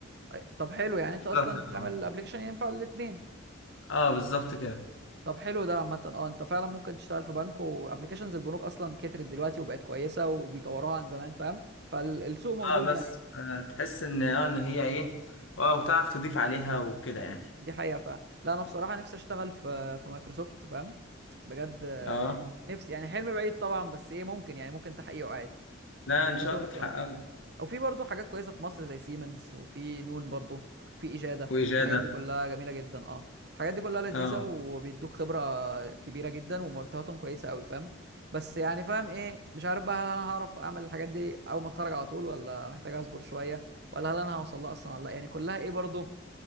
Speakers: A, on the right; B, on the left.
A: أي- طب حلو يعني انت
B: فلاتر
A: اصلا تعمل
B: اه
A: ابلكيشن ينفع الاثنين
B: آه، بالظبط كده
A: طب حلو ده عامة اه انت فعلا ممكن تشتغل في بنك وابلكيشنز البنوك اصلا كترت دلوقتي وبقت كويسة وبيطوروها عن زمان فاهم فالسوق موجود
B: اه بس
A: يعني
B: آه تحس ان اه ان هي ايه اه وتعرف تضيف عليها وكده يعني
A: دي حقيقة ف لا أنا بصراحة نفسي أشتغل في في مايكروسوفت فاهم بجد آه،
B: اه
A: نفسي يعني حلم بعيد طبعا بس إيه ممكن يعني ممكن تحقيقه عادي
B: لا
A: مايكروسوفت
B: ان شاء الله تحققه
A: أه أو في برضه حاجات كويسة في مصر زي سيمنز وفي نون برضه في إجادة
B: واجاده
A: الحاجات دي كلها جميلة جدا أه الحاجات دي كلها لذيذة
B: اه
A: وبيدوك خبرة كبيرة جدا ومرتباتهم كويسة أوي فاهم بس يعني فاهم إيه مش عارف بقى هل أنا هعرف أعمل الحاجات دي أول ما أتخرج على طول ولا محتاج أصبر شوية ولا هل أنا هوصل لها أصلا ولا لأ يعني كلها إيه برضه